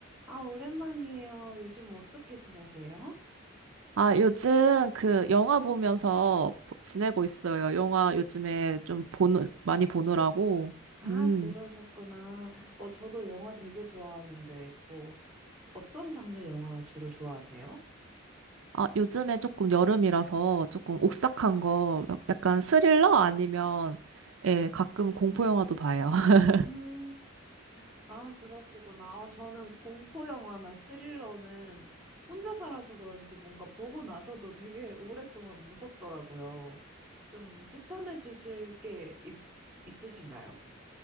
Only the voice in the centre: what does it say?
아, 오랜만이에요. 요즘 어떻게 지내세요?
아,
그러셨구나. 어, 저도 영화 되게 좋아하는데, 뭐, 어떤 장르 영화 주로 좋아하세요?
음, 아, 그러시구나. 아, 저는 공포 영화나 스릴러는 혼자 살아서 그런지 뭔가 보고 나서도 되게 오랫동안 무섭더라고요. 좀 추천해 주실 게 있, 있으신가요?